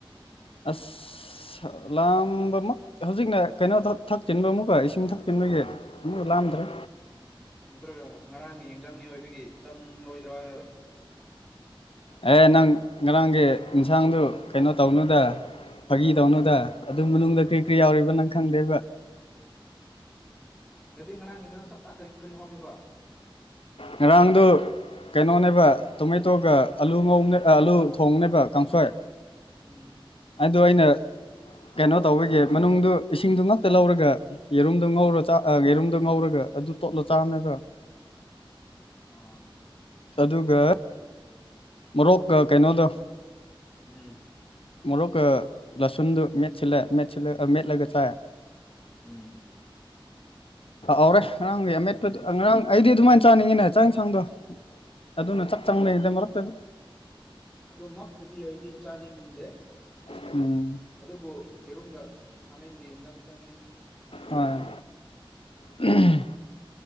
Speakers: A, on the left; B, in the centre.
A: ꯑꯐ ꯂꯥꯝꯕꯃꯛ ꯍꯧꯖꯤꯛꯅ ꯀꯩꯅꯣ ꯊꯛꯆꯤꯟꯕ ꯑꯃꯨꯛꯀ ꯏꯁꯤꯡ ꯊꯛꯆꯤꯟꯕꯒꯤ ꯎꯝ ꯂꯝꯗ꯭ꯔꯦ
B: ꯎꯝ ꯅꯠꯇ꯭ꯔꯒ ꯉꯔꯥꯡꯒꯤ ꯌꯦꯟꯖꯥꯡꯅꯤ ꯑꯣꯏꯕꯒꯤ ꯆꯪꯂꯔꯣꯏꯗ꯭ꯔꯥ ꯍꯥꯏꯕ
A: ꯑꯦ ꯅꯪ ꯉꯔꯥꯡꯒꯤ ꯌꯦꯟꯁꯥꯡꯗꯨ ꯀꯩꯅꯣ ꯇꯧꯅꯨꯗ ꯐꯥꯒꯤ ꯇꯧꯅꯣꯗ ꯑꯗꯨ ꯃꯅꯨꯡꯗ ꯀꯔꯤ ꯀꯔꯤ ꯌꯥꯎꯔꯤꯕ ꯅꯪ ꯈꯪꯗꯦꯕ
B: ꯅꯗꯗꯤ ꯉꯔꯥꯡꯒꯤꯗ ꯅꯪ ꯆꯞ ꯆꯥ ꯀꯔꯤ ꯀꯔꯤ ꯍꯥꯞꯄꯦꯕ
A: ꯉꯥꯔꯥꯡꯗꯨ ꯀꯩꯅꯣꯅꯦꯕ ꯇꯣꯃꯦꯇꯣꯒ ꯑꯂꯨ ꯉꯧꯅꯦ ꯑꯂꯨ ꯊꯣꯡꯅꯦꯕ ꯀꯥꯡꯁꯣꯏ
B: ꯎꯝ
A: ꯑꯗꯨ ꯑꯩꯅ ꯀꯩꯅꯣ ꯇꯧꯕꯒꯤ ꯃꯅꯨꯡꯗꯨ ꯏꯁꯤꯡꯗꯨ ꯉꯛꯇ ꯂꯧꯔꯒ ꯌꯦꯔꯨꯝꯗ ꯉꯧꯔ ꯆ ꯌꯦꯔꯨꯝꯗ ꯉꯧꯔꯒ ꯑꯗꯨ ꯇꯣꯠꯂ ꯆꯥꯅꯦꯕ
B: ꯑꯆꯥ
A: ꯑꯗꯨꯒ ꯃꯔꯣꯛ ꯀꯩꯅꯣꯗꯣ
B: ꯎꯝ
A: ꯃꯣꯔꯣꯛꯀ ꯂꯁꯨꯟꯗꯨ ꯃꯦꯠꯁꯤꯜꯂꯦ ꯃꯦꯠꯁꯤꯜꯂꯦ ꯃꯦꯠꯂꯒ ꯆꯥꯏ
B: ꯎꯝ
A: ꯥꯎꯔꯦ ꯉꯔꯥꯡꯒꯤ ꯑꯃꯦꯠꯄ
B: ꯎꯝ
A: ꯉꯔꯥꯡ ꯑꯩꯗꯤ ꯑꯗꯨꯃꯥꯏꯅ ꯆꯞ ꯆꯥꯅꯤꯡꯉꯤꯅꯦ ꯆꯥꯡ ꯌꯦꯟꯁꯥꯡꯗꯣ ꯑꯗꯨꯅ ꯆꯥꯛ ꯆꯪꯅꯉꯩꯗꯩ
B: ꯑꯗꯨ
A: ꯃꯔꯛꯇꯗꯤ
B: ꯑꯗꯨꯃꯛꯇꯗꯤ ꯑꯩꯗꯤ ꯆꯥꯅꯤꯡꯗꯦ
A: ꯎꯝ
B: ꯑꯗꯨꯕꯨ ꯌꯦꯔꯨꯝꯒ ꯈꯥꯃꯦꯟꯒꯤ ꯌꯦꯟꯖꯥꯡ ꯆꯥꯅꯤꯡꯉꯤ
A: ꯍꯣꯏ ꯎꯝ